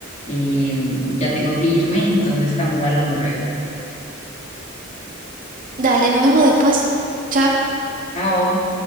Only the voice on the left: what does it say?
Eh, ya tengo que irme, entonces estamos hablando luego.
Chao.